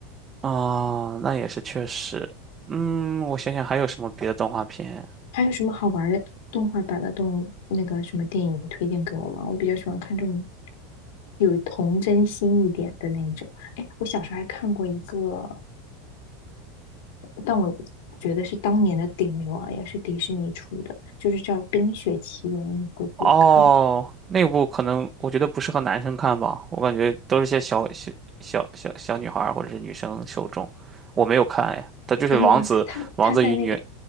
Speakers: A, on the right (about 20°); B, on the left (about 70°).
A: 啊，那也是确实，嗯，我想想还有什么别的动画片
B: 还有什么好玩儿的动画版的动那个什么电影推荐给我吗？我比较喜欢看这种有童真心一点的那种。哎，我小时候还看过一个。但我觉得是当年的顶流啊，也是迪士尼出的，就是叫《冰雪奇缘》，你估计也看过。
A: 哦，那部可能我觉得不适合男生看吧，我感觉都是些小小小小小女孩儿或者是女生受众，我没有看哎，它就是王子王子与女
B: 真的吗？他他在那个